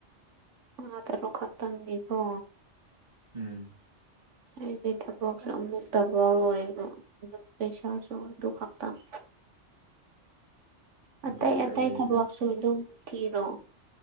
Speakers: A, on the right; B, on the right.
A: ꯃꯉꯥ ꯇꯔꯨꯛ ꯈꯛꯇꯪ ꯒꯤꯀꯣ
B: ꯎꯝ
A: ꯍꯥꯏꯗꯤ ꯊꯕꯛꯁꯦ ꯑꯃꯨꯛꯇꯕ ꯑꯣꯏꯕ ꯑꯗꯨ ꯄꯩꯁꯥꯁꯨ ꯑꯗꯨ ꯈꯛꯇꯪ
B: <inaudible> ꯑꯗꯨꯒꯤ
A: ꯑꯇꯩ ꯑꯇꯩ
B: ꯑꯩꯗ
A: ꯊꯕꯣꯛꯛꯁꯨ ꯑꯗꯨꯝ ꯊꯤꯔꯣ